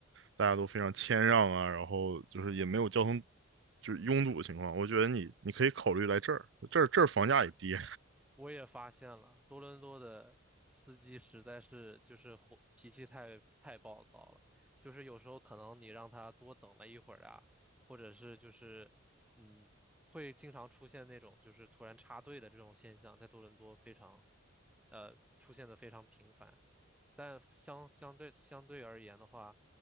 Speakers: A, on the right; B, in the centre.
A: 大家都非常谦让啊，然后就是也没有交通就是拥堵的情况。我觉得你你可以考虑来这儿，这儿这儿房价也低，
B: 我也发现了，多伦多的司机实在是就是火，脾气太太暴躁了，就是有时候可能你让他多等了一会儿啊，或者是就是嗯，会经常出现那种就是突然插队的这种现象，在多伦多非常呃出现的非常频繁。但相相对相对而言的话，